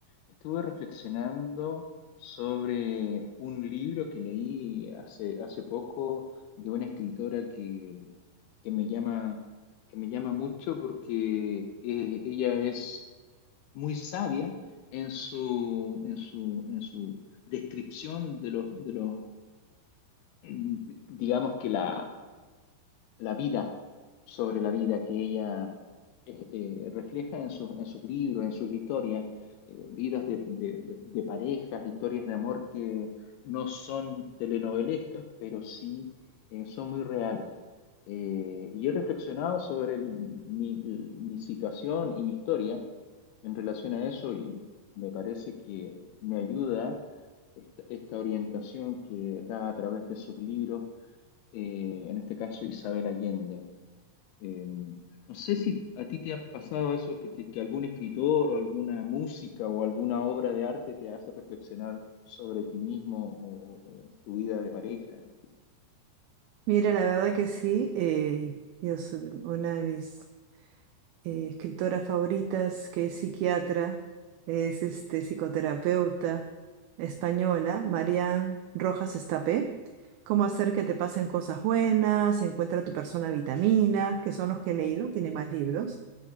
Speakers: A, on the left (about 75°); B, on the right (about 85°).
A: estuve reflexionando sobre un libro que leí hace, hace poco de una escritora que, que me llama, que me llama mucho porque eh, ella es muy sabia en su, en su, en su descripción de los, de los mm, digamos que la, la vida sobre la vida que ella eh, eh, refleja en sus, en sus libros, en sus historias, eh, vidas de, de- de- de parejas, historias de amor que no son telenovelescas, pero sí eh, son muy reales. Eh, y he reflexionado sobre el- mi, mi situación y mi historia en relación a eso y me parece que me ayuda esta, esta orientación que da a través de sus libros eh, en este caso Isabel Allende. Eh, no sé si a ti te ha pasado eso, que, te- que algún escritor o alguna música o alguna obra de arte te hace reflexionar sobre ti mismo o, o- o tu vida de pareja.
B: Mira, la verdad que sí, eh, yo soy una de mis eh, escritoras favoritas, que es psiquiatra, es este, psicoterapeuta española, Marian Rojas Estapé. Cómo hacer que te pasen cosas buenas, encuentra tu persona vitamina, que son los que he leído, tiene más libros,